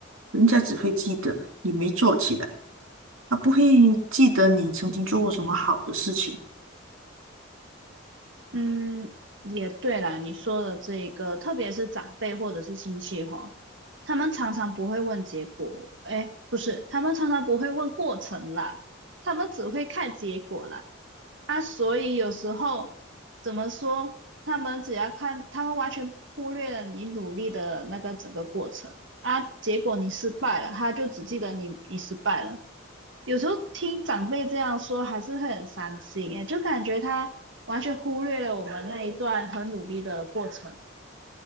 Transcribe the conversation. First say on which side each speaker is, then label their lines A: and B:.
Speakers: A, on the right; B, on the right.
A: 人家只会记得你没做起来，他不会记得你曾经做过什么好的事情。
B: 嗯，也对啦，你说的这一个，特别是长辈或者是亲戚哈，他们常常不会问结果，哎，不是，他们常常不会问过程啦，他们只会看结果啦。啊，所以有时候怎么说，他们只要看，他们完全忽略了你努力的那个整个过程啊，结果你失败了，他就只记得你你失败了。有时候听长辈这样说，还是会很伤心诶，就感觉他完全忽略了我们那一段很努力的过程。